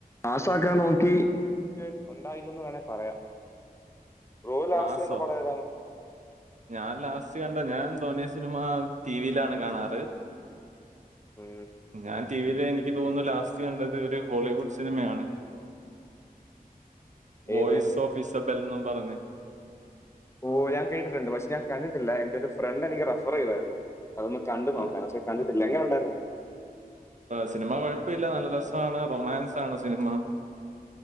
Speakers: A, on the left; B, on the right.
A: പാസാക്കാൻ നോക്കി ഉണ്ടായില്ലന്ന് വേണമെങ്ക പറയാം bro last
B: മാസോ
A: കണ്ട പടം ഏതാണ്
B: ഞാൻ ലാസ്റ്റ് കണ്ട ഞാൻ തോന സിനിമ ടി വിയിലാണ് കാണാറ് <inaudible>
A: ഉം
B: ഞാൻ ടിവിൽ എനിക്ക് തോന്നുന്നു ലാസ്റ്റ് കണ്ടത് ഒരു ഹോളിവുഡ് സിനിമയാണ് വോയിസ്
A: ഏത്
B: ഓഫ് ഇസഫൽ എന്നും പറഞ്ഞ്
A: ഓ ഹ് ഞാൻ കേട്ടിട്ടുണ്ട് പക്ഷെഞാൻ കണ്ടിട്ടില്ല എന്റ ഒരു ഫ്രണ്ട് എനിക്ക് റഫർ ചെയ്തായിരുന്നു അതൊന്ന് കണ്ട് നോക്കാൻ
B: ആ,
A: പക്ഷെ കണ്ടിട്ടില്ല എങ്ങനെ ഉണ്ടായിരുന്നു
B: സിനിമ കുഴപ്പമില്ല നല്ല രസമാണ് റൊമാൻസ് ആണ് സിനിമ